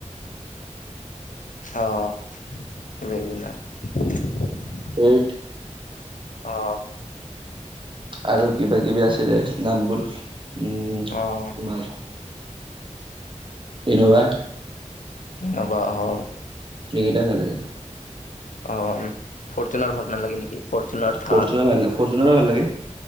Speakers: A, on the left; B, on the right.
A: অঁগনাৰ <unintelligible>
B: ঠ।
A: অঁ।
B: আৰু কিবা কিবি আছিলে নামবোৰ উম তোমাৰ।
A: অ'
B: ইনোভা।
A: অ'বা হয় <unintelligible>
B: এইকেইটাই ভালা লাগে।
A: অ' ফৰচুনাৰ ভাল নালালাগে নেকি? ফৰ্চুনাৰ থাৰ
B: ফচুনা ভাল ফৰচুনা ভাল লাগে।